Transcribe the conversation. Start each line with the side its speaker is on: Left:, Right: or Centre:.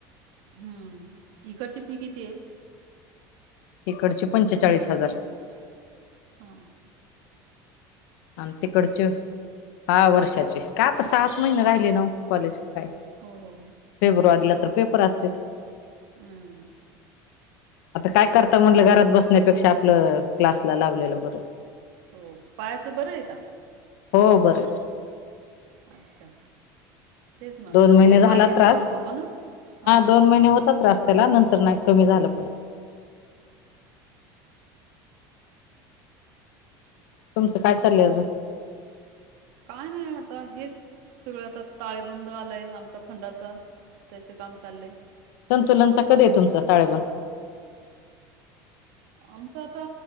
Right: हम्म इकडची फी किती आहे
Left: तिकडचे पंचेचाळीस हजार
Right: स हजार हा
Left: आणिम तिकडच हहा वर्षात काता सहाच महिने राहिले ना कॉलेज काय
Right: हो हो
Left: फेब्रुवारीला तर पेपर असते
Right: हम्म
Left: आता काय करता म्हटलं घरात बसण्यापेक्षा आपलं क्लासला लावलेलं बरं
Right: हो पायाचं बरं आहे का
Left: हो बर
Right: अच्छा तेच ना
Left: दोन महिने
Right: तले
Left: झाला
Right: पाय
Left: त्रास
Right: लंगडत होता ना हा
Left: दोन
Right: हां
Left: महिने होता त्र त्याला नंतर नाही कमी झालं पण तुमं काय चालं
Right: काय नाही आता हे सगळं आता ताळेबंद आलाय आमचा फंडाचा त्याचे काम चाललंय
Left: संतुलनचा कधी तुमचा ताळेबण
Right: आमचं आता